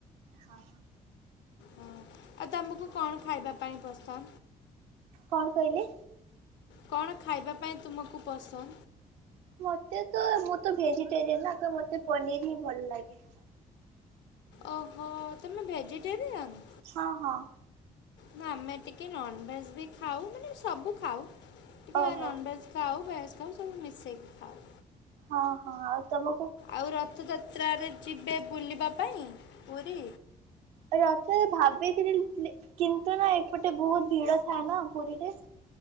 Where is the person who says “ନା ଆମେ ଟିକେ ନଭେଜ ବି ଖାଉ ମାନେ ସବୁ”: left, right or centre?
Left